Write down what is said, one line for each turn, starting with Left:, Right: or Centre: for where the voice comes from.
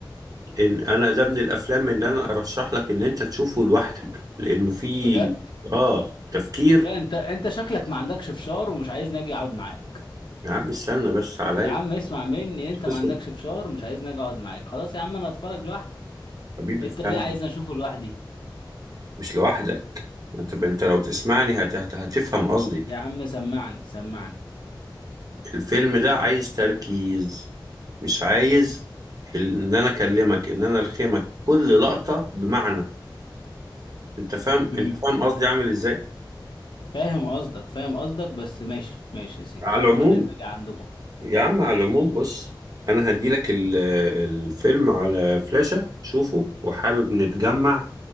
Right: ان انا ده من الافلام اللي انا ارشح لك ان انت تشوفه لوحدك لانه فيه
Left: بجد
Right: اه تفكير
Left: لا انت انت شكلك ما عندكش فشار ومش عايزني اجي اقعد معاك
Right: يا عم استنى بس عليا
Left: يا عم اسمع مني انت
Right: بس
Left: ما عندكش فشار ومش عايزني اجي اقعد معاك خلاص يا عم انا اتفرج لوحدي
Right: حبيبي
Left: انت
Right: افهمني
Left: ليه عايزني اشوفه لوحدي
Right: مش لوحدك انت انت لو تسمعني هت... هت- هتفهم قصدي
Left: يا عم سمعني سمعني
Right: الفيلم ده عايز تركيز مش عايز ال- ان انا اكلمك ان انا الخمك كل لقطة بمعنى انت فاهم
Left: امم
Right: انت فاهم قصدي عامل ازاي
Left: فاهم قصدك فاهم قصدك بس ماشي ماشي يا سيدي
Right: على
Left: انت
Right: العموم
Left: مش عايزني اجي عندكم
Right: يا عم على العموم بص انا هديلك ال- الفيلم على فلاشة شوفه وحابب نتجمع